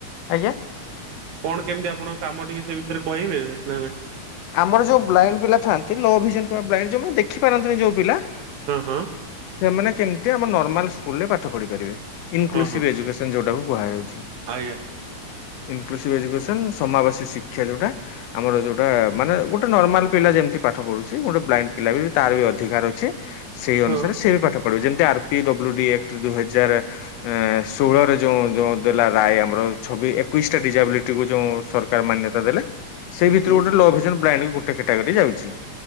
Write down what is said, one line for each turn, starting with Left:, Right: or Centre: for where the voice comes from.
Left: ଆଜ୍ଞା
Right: କଣ କେମିତି ଆପଣଙ୍କ କାମ ଟିକେ ସେ ବିଷୟରେ କହିବେ, ନା ନହିଁ?
Left: ଆମର ଯୋଉ ବ୍ଇଣ୍ଡ ପିଲା ଥାନ୍ତି ଲୋ ଭଜନ କିମ୍ବା ବ୍ଣ୍ଡ ଯୋଉମାନେ ଦେିାରନ୍ତିନ ଯୋଉ ପିଲା
Right: ହଁ ହଁ
Left: ସେମାନେ କେମିତି ଆମ ନର୍ମାଲ ସ୍କୁଲ ରେ ପାଠ ପଢିପାରିବେ ଇନକ୍ଭ
Right: ହଁ ହଁ
Left: ଏଜୁକେସନ। ଯଉଟା କୁହାଯାଉଛି।
Right: ଆଜ୍ଞା
Left: ଇନକ୍ଲୁସିଭ୍ ଏଜୁକେସନ୍ ସମାବାସୀ ଶିକ୍ଷା ଯେଉଟା ଆମର ଯୋଉ ଗୋଟେ ମାନେ ଗୋଟେ ନର୍ମାଲ ପିଲା ଯେମିତି ପାଠ ପଢୁଛି ଗୋଟେ ବ୍ଲାଇଣ୍ଡ ପିଲା ବି ତାର ବି ଅଧିକାର ଅଛି ସେଇ ଅନୁସାରେ
Right: ହଁ
Left: ସେ ବି ପାଠ ପଢିବ। ଯେମିତି ଆର ପି ଡବ୍ଲୁ ଡିକ୍ ଦୁଇ ହଜାର ଷୋହଳରେ ଯୋଉ ଯୋଉ ଦେଲା ରାୟ ଆମର ଛବି ଏକୋଇଶ ଟା ଡିଜାବିଲି କୁ ଯୋଉ ସରକାର ମାନ୍ୟତା ଦେଲେ ସେଇ
Right: ହୁଁ
Left: ଭିତ
Right: ହୁଁ
Left: <unintelligible> <unintelligible> ଗୋଟେ କଟରୀ ଯାଉଛି।